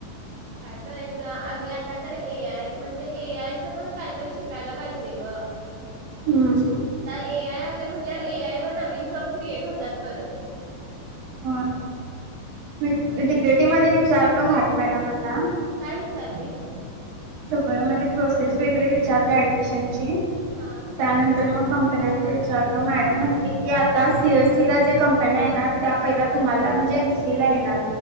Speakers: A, on the right; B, on the right.
A: काय करायचं आणि आता तर ए आय म्हणजे ए आयचं पण कायतर शिकायला पाहिजे गं.
B: हम्म.
A: ए आय आलय म्हटल्याव ए आय वर नवीन जॉब क्रियेट होतात परत.
B: होय मी डी के टी मध्ये विचारलो भाट मॅडमांना.
A: काय विचारलीसं.
B: सगळं म्हणजे प्रोसेस वगैरे विचारली ऍडमिशनची
A: हा
B: त्यानंतर मग कंपन्यांच विचारलं मॅडम म्हंटली की आता सी एस सी ला ज्या कंपन्या येणार त्या पहिला तुम्हाला म्हणजे एम सी ए ला येणार.